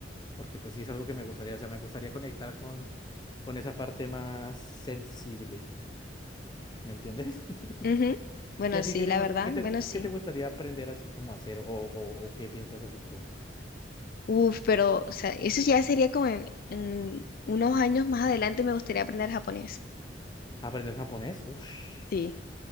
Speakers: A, on the left; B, on the left.
A: porque pues sí es algo que me gustaría, o sea, me gustaría conectar con, con esa parte más sensible, ¿me entiendes? <laughs>
B: Ujú. Bueno,
A: ¿Y a
B: sí,
A: ti qué te,
B: la
A: gus-
B: verdad,
A: qué te,
B: bueno, sí.
A: qué te gustaría aprender así como hacer o, o, o qué piensas hacer tú?
B: Uf, pero o sea, eso ya sería como en, en unos años más adelante me gustaría aprender japonés.
A: ¿Aprender japonés? Ush.
B: Sí.